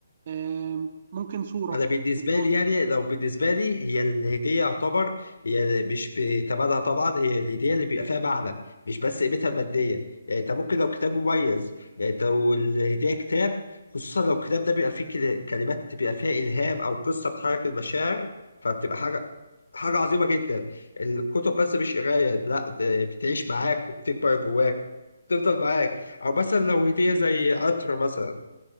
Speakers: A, on the right; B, on the left.
A: آه، ممكن صوره
B: انا بالنسبه
A: تجمعني
B: لي يعني لو بالنسبه لي هي الهديه يعتبر هي مش بثمنها طبعا هي الهديه اللي بيبقى فيها معنى مش بس قيمتها الماديه يعني انت ممكن لو كتاب مميز يعني انت لو الهديه كتاب خصوصا لو الكتاب ده بيبقى فيه كل- كلمات بيبقى فيها الهام او قصه بتحرك المشاعر فبتبقى حاجه حاجه عظيمه جدا الكتب بس مش قرايه لا ده بتعيش معاك وبتكبر جواك بتفضل معاك او مثلا لو هديه زي عطر مثلا